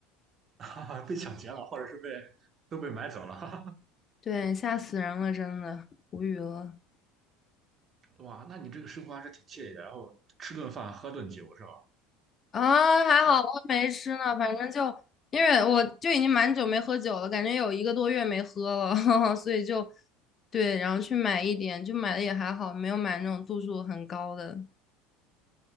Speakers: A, on the right (about 40°); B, on the left (about 35°).
A: <laughs> 哈哈，被抢劫了，或者是被都被买走了，<laughs> 哈哈。
B: 对，吓死人了，真的无语了
A: 哇，那你这个生活还是挺惬意的，然后吃顿饭，喝顿酒是吧？
B: 啊！还好我没吃呢，
A: 是。
B: 反正就因为我就已经蛮久没喝酒了，感觉有一个多月没喝了，<laughs> 所以就对，然后去买一点，就买的也还好，没有买那种度数很高的。